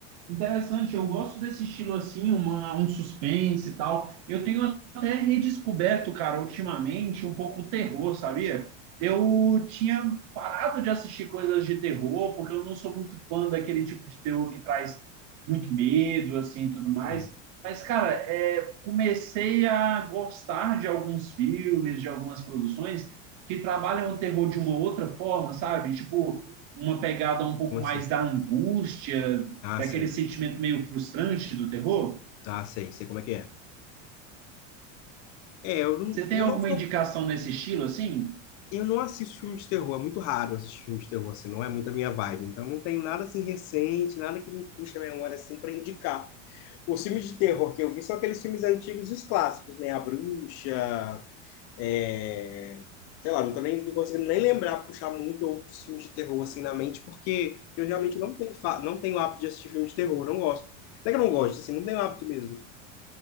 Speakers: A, on the right (about 50°); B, on the left (about 45°).
A: Interessante, eu gosto desse estilo assim, uma, um suspense e tal. Eu tenho até redescoberto, cara, ultimamente, um pouco o terror, sabia? Eu tinha parado de assistir coisas de terror, porque eu não sou muito fã daquele tipo de terror que traz muito medo, assim, e tudo mais.
B: É.
A: Mas, cara, é, comecei a gostar de alguns filmes, de algumas produções que trabalham o terror de uma outra forma, sabe? Tipo, uma pegada um pouco
B: Como
A: mais
B: assim?
A: da angústia,
B: Ah,
A: daquele
B: sim.
A: sentimento meio frustrante do terror?
B: Ah, sei. Sei como é que é. É, eu não,
A: Você tem
B: eu
A: alguma
B: não sou
A: indicação nesse estilo assim?
B: Eu não assisto filme de terror, é muito raro assistir filme de terror, assim, não é muito a minha vibe. Então não tenho nada assim recente, nada que me puxe a memória assim para indicar. Os filmes de terror que eu vi são aqueles filmes antigos e os clássicos, né? A Bruxa, é, sei lá, não tô nem não conseguindo nem lembrar, puxar muito outros filmes de terror assim na mente, porque eu realmente não tenho, fa- não tenho hábito de assistir filme de terror, não gosto. Não é que eu não gosto, assim, não tenho hábito mesmo.